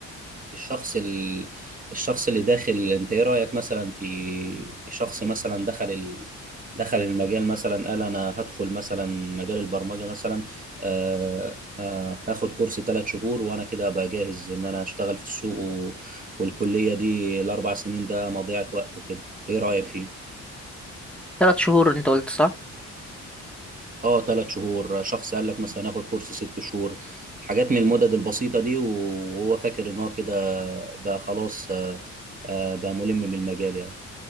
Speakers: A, on the right; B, in the centre.
A: الشخص ال... الشخص اللي داخل انت ايه رأيك مثلا في شخص مثلا دخل ال... دخل المجال مثلا قال انا هدخل مثلا مجال البرمجة مثلا آه آه هاخد كورس ثلاث شهور وانا كده ابقى جاهز ان انا اشتغل في السوق و... والكلية دي الاربع سنين ده مضيعة وقت وكده ايه رأيك فيه؟
B: تلات شهور أنت قلت صح؟
A: اه ثلاث شهور شخص قال لك مثلا هاخد كورس ست شهور حاجات من المدد البسيطة دي وهو فاكر ان هو كده بقى خلاص آه آه بقى ملم بالمجال يعني